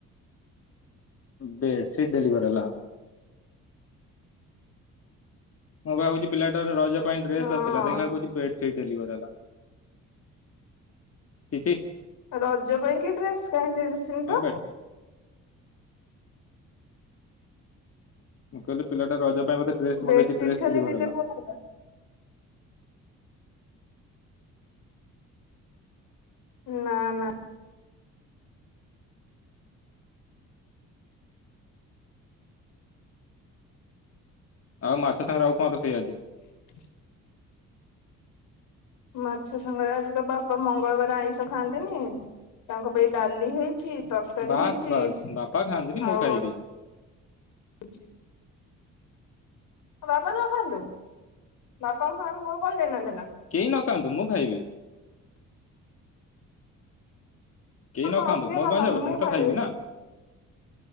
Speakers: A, on the left; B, on the left.
A: ବେଡସିଟ୍ ଡେଲିଭର ହେଲା? ମୁଁ ଭାବୁଛି ପିଲାଟାର ରଜ ପାଇଁ ଡ୍ରେସ୍
B: ହଁ
A: ଆସିଲା। ଦେଖିଲା ବଳକୁ କହୁଛି ବେଡସିଟ୍ ଡେଲିଭର ହେଲା। ଛିି ଛି।
B: ରଜ ପାଇଁ କି ଡ୍ରେସ? କାହିଁ ଦେଡିସିନି ତ।
A: ହଁ ବେଡସିଟ୍। ମୁଁ କହିଲି ପିଲାଟା ରଜ ପାଇଁ ବୋଧେ ଡ୍ରେସ
B: ବେଡସିଟ୍
A: ମଗେଇଚି। ଡ୍ରେସ
B: ଖାଲି
A: ଡିଲିଭର
B: ଡେଲିଭର୍
A: ହେଲା।
B: ନା ନା।
A: ଆଉ ମାଛ ସାଙ୍ଗରେ ଆଉ କଣ ରୋଷେଇ ଆଜି?
B: <inaudible> ମାଛ ସାଙ୍ଗରେ ଆଜି ତ ବାପା ମଙ୍ଗଳବାର ଆଇଁଷ ଖାଆନ୍ତିନି। ତାଙ୍କ ପାଇଁ ଡାଲି ହେଇଛି ତରକାରୀ
A: ବାସ୍
B: ହେଇଛି
A: ବାସ୍
B: ଆଉ
A: ବାପା ଖାଆନ୍ତିନି ମୁଁ ଖାଇବି
B: ହଉ <inaudible> ଆଉ ବାପା ନଖାନ୍ତୁ ବାପାଙ୍କ ସାଙ୍ଗରେ ମୋର କଣ ଲେନା ଦେନା।
A: କେହି ନ ଖାଆନ୍ତୁ ମୁଁ ଖାଇବି। କେହି
B: ହଁ
A: ନ ଖାଆନ୍ତୁ
B: କିଏ
A: ମୋର କଣ
B: ଖାଆନ୍ତୁ
A: ଯାଉଛି ମୁଁ
B: ଖାଇବି
A: ତ ଖାଇବିନାଁ